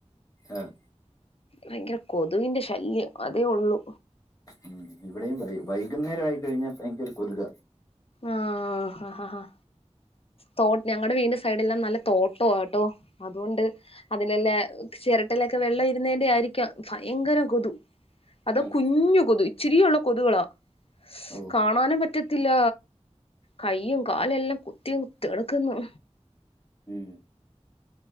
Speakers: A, on the left (about 30°); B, on the left (about 55°).
A: ആഹ്
B: ഭയങ്കര കൊതുകിന്റെ ശല്യം അതേ ഉള്ളു
A: ഉം ഇവിടെയും വൈ വൈകുന്നേരം ആയി കഴിഞ്ഞാൽ ഭയങ്കര കൊതുക
B: ആഹ് അഹ് ആഹ് തോട്ടം ഞങ്ങളടെ വീടി സൈഡല്ലാം നല്ല തോട്ടട്ടോ അതുകൊണ്ട് അതിനല്ലേ ചിരട്ടയിലൊക്കെ വെള്ളം ഇരുന്നേന്റെ ആയിരിക്ക ഭയങ്കരം കൊതു അത
A: ഉം.
B: കുഞ്ഞു കൊതു ഇച്ചിരിയുള്ള കൊതുകളാ
A: ഓ
B: കാണാനും പറ്റത്തില്ല കൈയും കാലും എല്ലാം കുത്തിയും കുത്തി എടുക്കുന്നു
A: ഉം